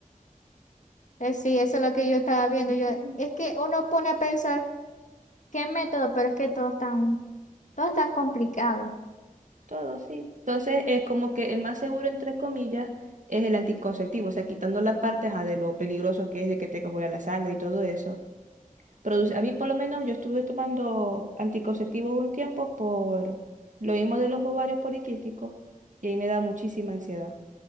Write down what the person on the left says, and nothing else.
Eh, sí, eso es lo que yo estaba viendo.
Yo, es que uno pone a pensar qué método, pero es que todos están, todos están complicados.